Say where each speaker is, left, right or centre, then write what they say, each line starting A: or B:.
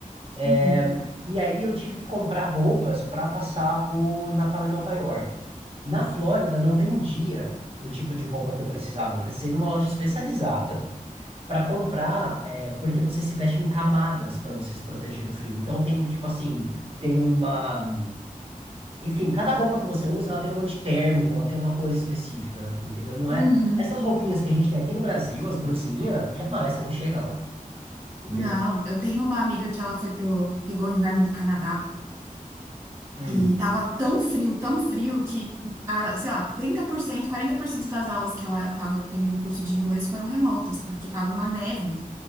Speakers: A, on the right (about 40°); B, on the right (about 20°).
A: É,
B: uhum,
A: e aí eu tive que comprar roupas para passar o Natal em Nova York. Na Flórida não vendia o tipo de roupa que eu precisava. Eu precisei ir numa loja especializada para comprar, é, porque você se veste em camadas pra você se proteger do frio. Então tem, tipo assim, tem uma. Enfim, cada roupa que você usa, ela tem um antitérmico, ela tem uma coisa específica, entendeu? Não é.
B: uhum.
A: Essas roupinhas que a gente tem aqui no Brasil, as brusinhas, jamais, você não chega lá, entendeu?
B: Não, eu tenho uma amiga que ela foi pro, pegou o inverno do Canadá.
A: Hum.
B: E tava tão frio, tão frio, que, ah, sei lá, trinta por cento, quarenta por cento das aulas que ela tava tendo curso de inglês foram remotas, porque tava uma neve,